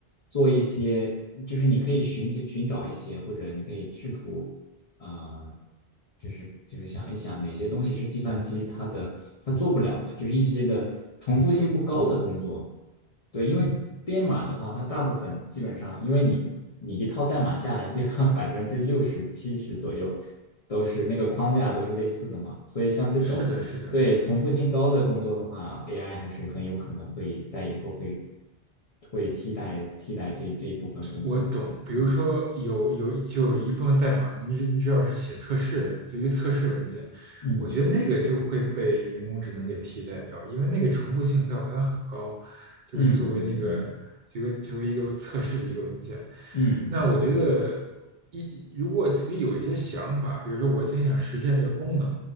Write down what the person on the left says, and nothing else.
做一些，就是你可以寻求寻找一些，或者你可以试图。啊、呃就是就是想一想哪些东西是计算机它的它做不了的，就是一些的重复性不高的工作。
对，因为编码的话，
它大部分基本上，因为你你一套代码下来，就要百分之六十七十左右都是那个框架都是类似的嘛，所以像这种对重复性高的工作的话，AI
还是很有可能会在以后会会替代替代这这一部分工作。
嗯
嗯
嗯嗯嗯嗯嗯嗯嗯嗯。